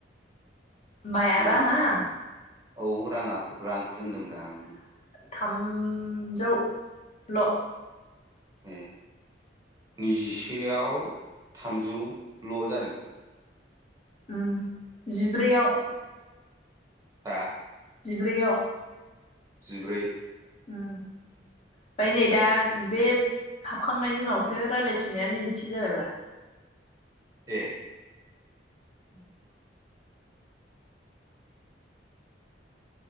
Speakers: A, on the left; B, on the right.
A: माया
B: नामा
A: रां आं।
B: औ रांङा। रांखौसो होनदोंब्रा आं।
A: थामजौ ल'।
B: ए नैजिसेआव थामजौल' जादों।
A: उम। जिब्रैआव।
B: उम हा।
A: जिब्रैयाव।
B: जिब्रै
A: ओम ओमफ्राय नै
B: उम
A: दा बे हाबखांनायनि उनावसो रायज्लायफिननाय नै इसे जाबायब्रा
B: ए
A: <inaudible>